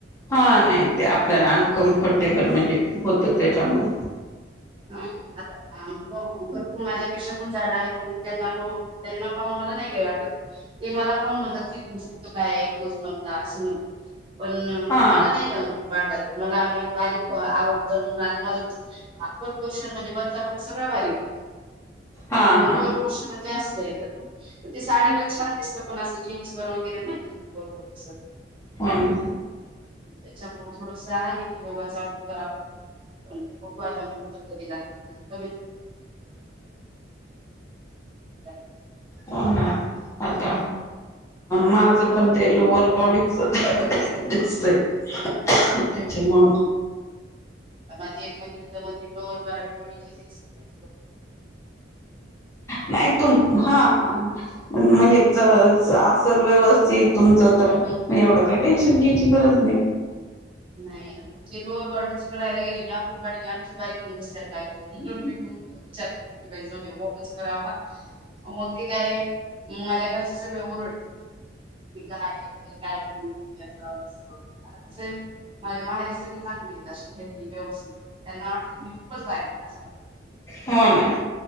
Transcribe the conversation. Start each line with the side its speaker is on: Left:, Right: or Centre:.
Left: हा नाही ते आपल्याला अनकम्फर्टेबल म्हणजे होतं त्याच्यामुळे
Right: हम् <unintelligible> मग भरपूर माझ्यापेक्षा पण जाडा आहेत पण त्यांना पाहून त्यांना पाहून मला नाही काय वाटत. ते मला पण म्हणतात की तुमचं कुठं काय आहे उगंच म्हणता असं म्हणतात पण
Left: हा
Right: मला नाही वाटत मला बारीक आवडत आता माझ अप्पर पोर्षण म्हणजे वरचा भाग सगळा बारीक आहे
Left: हा हा
Right: पण लोअर
Left: हा
Right: पोर्शन जास्त पण ते साडीवर छान दिसतं पण अस जीन्स वर वगैरे नाही दिसत
Left: हो ना
Right: त्याच्यामुळे थोडसं योगा चालू करा पण वादामुत कधी लागत ते <unintelligible>
Left: हो ना आता माझं पण ते लोअर बॉडीच दिसतय त्याच्या मूळ
Right: माझी एक मैत्री तर म्हणते लोअर बॉडी एक्सरसाइझ
Left: नाही तु हा हा म्हणजे असेल व्यवस्थित तुमचं तर एवढं काय टेन्शन घ्यायची गरज नाही
Right: ह नाही लोरडीच करायला गेले कापर बारीकण बसायला काय करून मी विचार करते की जाऊ दे वॉकच करावा मग ते काय मग माझ्या घरचे सगळ रडत ते काय काय ब असं कस आता कस आहे मलाव हे सगळे चांगली आहेत हेती व्यवस्थित आहेत त्यांना वाट मी खूपच राहि असं वाटत
Left: हो ना